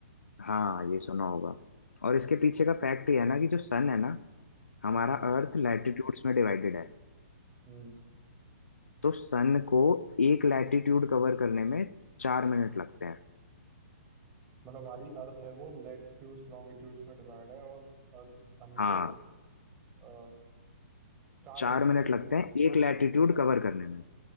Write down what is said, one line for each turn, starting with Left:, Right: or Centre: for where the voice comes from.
Left: हाँ ये सुना होगा और इसके पीछे का फैक्ट ये है ना कि जो सन है ना हमारा
Right: हम्म
Left: अर्थ लैटिट्यूड्स में डिवाइडेड है
Right: हम्म
Left: तो सन को एक लैटिट्यूड कवर करने में चार मिनट लगते हैं
Right: मतलब हमारी अर्थ है वो लैटिट्यूड्स लॉन्गिट्यूड्स में डिवाइड है और अर्थ सन
Left: हाँ
Right: को आ, चार
Left: चार
Right: मिनट लगते
Left: मिनट लगते
Right: हैं
Left: हैं एक लैटिट्यूड कवर करने में